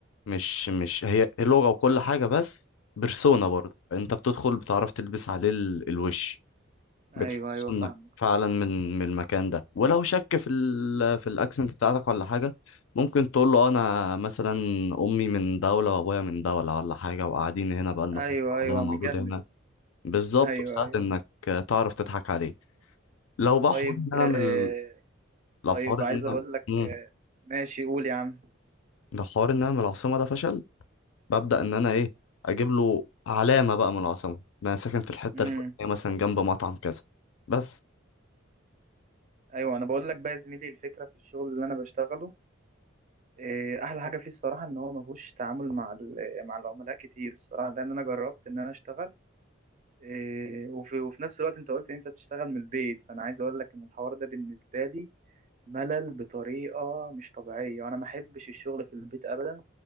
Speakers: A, on the left; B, on the right.
A: مش مش هي لغه وكل حاجه بس بيرسونا برضه انت بتدخل بتعرف تلبس عليه ال- الوش
B: ايوه
A: بتحس
B: ايوه
A: انك
B: فاهمك
A: فعلا من من المكان ده ولو شك في ال في الاكسنت بتاعتك ولا حاجه ممكن تقول له انا مثلا امي من دوله وابويا من دوله ولا حاجه وقاعدين هنا بقالنا
B: ايوه
A: فتره
B: ايوه
A: ولا انا مولود
B: مجنس
A: هنا بالظبط
B: ايوه
A: وسهل
B: ايوه
A: انك تعرف تضحك عليه لو بقى
B: طيب
A: حوار ان انا
B: آه،
A: من ال- لو
B: طيب
A: حوار
B: عايز
A: ان
B: اقول
A: انا
B: لك
A: مم.
B: آه، ماشي قول يا عم
A: لو حوار ان انا من العاصمه ده فشل ببدا ان انا ايه اجيب له علامه بقى من العاصمه ده انا ساكن في الحته
B: امم
A: الفلانيه مثلا جنب مطعم كذا بس
B: ايوه انا بقول لك بقى يا زميلي الفكره في الشغل اللي انا بشتغله آه، احلى حاجه فيه الصراحه ان هو ما فيهوش تعامل مع ال- مع العملاء كتير الصراحه لان انا جربت ان انا اشتغل إيه، وفي, وفي نفس الوقت انت قلت ان انت تشتغل من البيت فانا عايز اقول لك ان الحوار ده بالنسبه لي ملل بطريقه مش طبيعيه وانا ما احبش الشغل في البيت ابدا